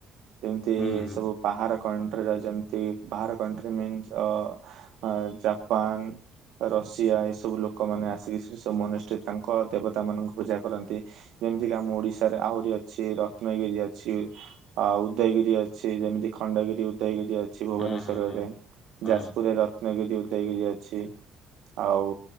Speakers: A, on the right; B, on the left.
A: ଯେମିତି
B: ହୁଁ ହୁଁ
A: ସବୁ ପାହାର କଣ୍ଟ୍ରି ର ଯେମିତି ପାହାର କଣ୍ଟ୍ରିନ୍ ମିନ୍ସ ଅ ଜାପାନ୍ ରଷିଆ ଏ ସବୁ ଲୋକମାନେ ଆସିକି ସେ ସବୁ ମନୁଷ୍ଠରେ ତାଙ୍କ ଦେବତା ମାନଙ୍କୁ ପୂଜା କରନ୍ତି। ଯେମିତି କି ଆମ ଓଡିଶାରେ ଆହୁରି ଅଛି। ରତ୍ନଗିରି ଅଛି। ଆଉ ଉଦୟଗିରି ଅଛି। ଯେମିତି ଖଣ୍ଡଗିରି ଉଦୟଗିରି ଅଛି ଭୁବନେଶ୍ୱରରେ।
B: ହଁ ହଁ ହଁ। ହଁ
A: ଯାଜପୁରରେ ରତ୍ନଗିରି ଉଦୟଗିରି ଅଛି। ଆଉ